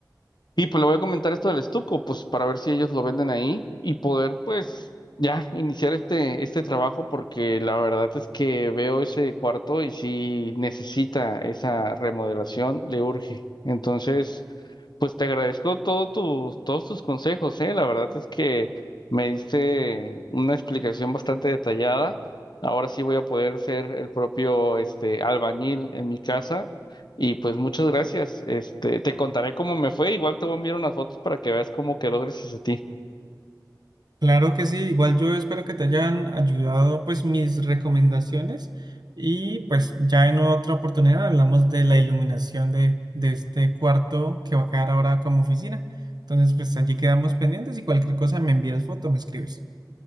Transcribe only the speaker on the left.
Y pues le voy a comentar esto del estuco, pues para ver si ellos lo venden ahí y poder pues ya iniciar este, este trabajo porque la verdad es que veo ese cuarto y si necesita esa remodelación, le urge. Entonces, pues te agradezco todo tu, todos tus consejos, ¿eh? La verdad es que me diste una explicación bastante detallada. Ahora sí voy a poder ser el propio este, albañil en mi casa y pues muchas gracias. Este, te contaré cómo me fue. Igual te voy a enviar unas fotos para que veas cómo quedó gracias a ti.